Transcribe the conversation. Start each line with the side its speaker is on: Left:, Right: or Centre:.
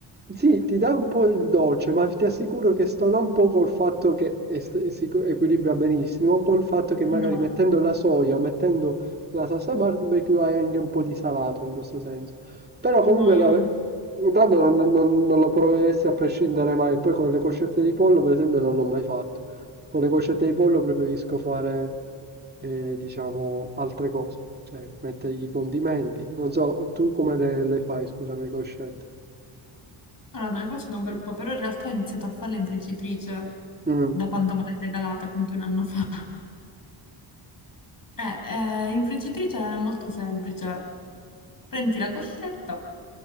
Right: sì, ti dà un po' il dolce, ma ti assicuro che stona un po' col fatto che e s- si co- equilibra benissimo, col fatto che magari
Left: No,
Right: mettendo la soia o mettendo la salsa barbecue hai anche un po' di salato in questo senso. Però comunque
Left: no, io
Right: la-
Left: non.
Right: intanto non, non- non lo proveresti a prescindere mai. Poi con le coscette di pollo, per esempio, non l'ho mai fatto. Con le coscette di pollo preferisco fare, eh, diciamo, altre cose, cioè mettergli i condimenti. Non so, tu come le, le fai, scusami, le coscette?
Left: Allora, non le faccio da un bel po', però in realtà ho iniziato a farle in friggitrice
Right: Mm.
Left: da quando me l'hai regalata, quindi un anno <laughs> fa. Eh, eh, in friggitrice è molto semplice. Prendi la coscetta,